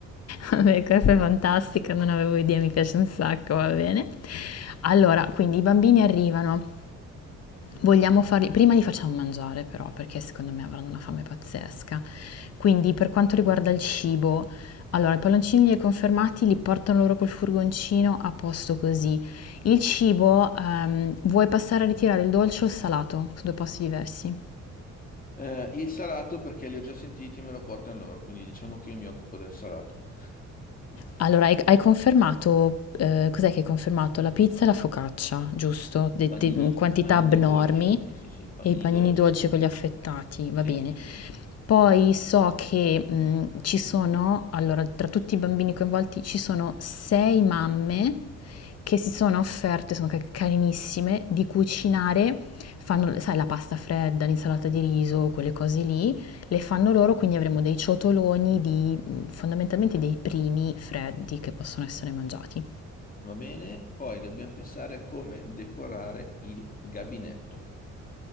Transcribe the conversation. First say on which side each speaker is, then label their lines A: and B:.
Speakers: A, on the left; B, on the left.
A: Vabbè, questa è fantastica, non avevo idea, mi piace un sacco, va bene. Allora, quindi i bambini arrivano, Vogliamo farli, prima li facciamo mangiare però, perché secondo me avranno una fame pazzesca. Quindi per quanto riguarda il cibo, allora i palloncini li hai confermati, li portano loro col furgoncino a posto così. Il cibo, ehm, vuoi passare a ritirare il dolce o il salato? Sono due posti diversi.
B: Eh, il salato perché li ho già sentiti e me lo portano loro, quindi diciamo che io mi occupo del salato. <laughs>
A: Allora, hai, hai confermato, eh, cos'è che hai confermato? La pizza e la focaccia, giusto? De-
B: Panini,
A: de- in quantità
B: panini
A: abnormi
B: dolci, sì sì sì, panini
A: e i panini
B: dolci,
A: dolci con gli affettati,
B: sì
A: va bene.
B: sì sì. sì.
A: Poi so che mh, ci sono, allora, tra tutti i bambini coinvolti ci sono sei mamme che si sono offerte, sono ca- carinissime, di cucinare, fanno, sai, la pasta fredda, l'insalata di riso, quelle cose lì, le fanno loro, quindi avremo dei ciotoloni di fondamentalmente dei primi freddi che possono essere mangiati.
B: Va bene, poi dobbiamo pensare a come decorare il gabinetto.